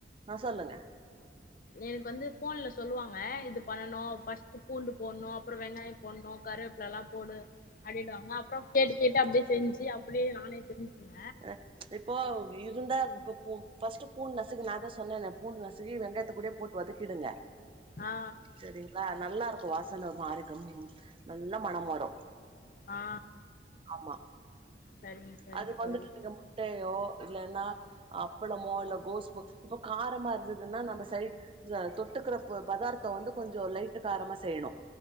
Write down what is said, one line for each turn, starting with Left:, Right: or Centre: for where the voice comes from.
Right: அ சொல்லுங்க
Left: எனுக் வ வந்து ஃபோன்ல சொல்லுவாங்க இது பண்ணணு ஃபஸ்ட்டு பூண்டு போட்ணு அப்புறோ வெங்காயம் போட்ணு கருவேப்லல்லா போடு அப்டினுவாங்க அப்புற கேட்டு கேட்டு அப்டியே செஞ்சி அப்டியே நானே செஞ்சு <inaudible>
Right: அ இப்போ இருந்தா அது பொ பொ பஸ்ட் பூண் நசுக்கு நா தா சொன்னேனே பூண் நசுகி வெங்காயத்த கூடே போட் வதக்கிடுங்க
Left: ஆ
Right: செரிங்ளா நல்லாருக்கு வாசன ஒரு மாரி கம் நல்லா மணம் வரு
Left: ஆ
Right: ஆமா
Left: சரிங்க சரிங்க
Right: அதுக்கு
Left: தோழி
Right: வந்துட்டு <inaudible> முட்டையோ இல்லனா அப்பளமோ இல்ல கோஸ் பொ இப்ப காரமா இருந்ததுன்னா நம்ம சைடு ஜ தொட்டுக்கற பல பதார்த்தோ வந்து கொஞ்சோ லைட்டு காரமா செய்யணு